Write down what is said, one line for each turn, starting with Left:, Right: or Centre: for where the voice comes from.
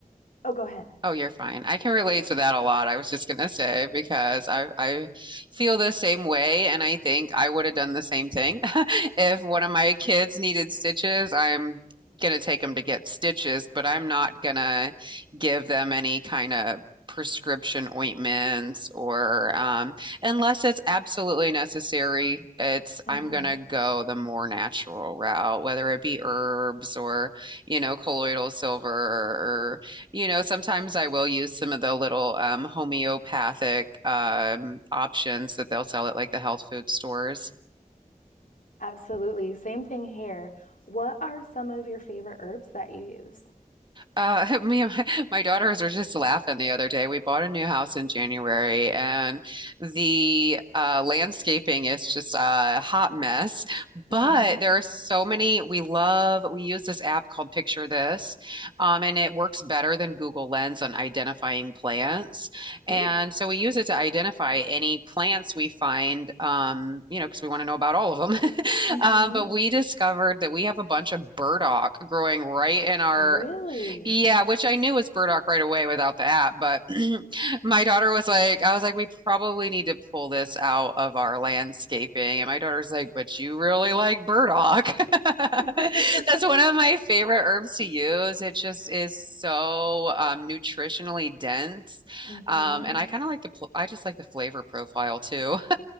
Left: oh, go ahead.
Right: Oh, you're fine. I can relate to that a lot. I was just gonna say because I I feel the same way, and I think I would have done the same thing. <laughs> If one of my kids needed stitches, I'm gonna take them to get stitches, but I'm not gonna give them any kind of prescription ointments or um, unless it's absolutely necessary. It's
Left: hmm
Right: I'm gonna go the more natural route, whether it be herbs or you know colloidal silver you know, sometimes I will use some of the little um, homeopathic um, options that they'll sell at like the health food stores.
Left: Absolutely. Same thing here. What are some of your favorite herbs that you use?
Right: Uh, <laughs> me and my, my daughters were just laughing the other day. We bought a new house in January, and the uh, landscaping is just a hot mess. But
Left: hmm
Right: there are so many we love. We use this app called Picture This, um, and it works better than Google Lens on identifying plants.
Left: <laughs>
Right: And
Left: Ooh.
Right: so we use it to identify any plants we find, um, you know, because we want to know about all of them. <laughs>
Left: hmm
Right: Um, but we discovered that we have a bunch of burdock growing right in our
Left: Really?
Right: yeah, which I knew was burdock right away without the app, but <clears throat> my daughter was like, I was like, we probably need to pull this out of our landscaping. And my daughter's like, but you really like burdock. <laughs>
Left: <laughs>
Right: That's one of my favorite herbs to use. It just is so um, nutritionally dense.
Left: hmm
Right: Um, and I kind of like the, pl- I just like the flavor profile too. <laughs>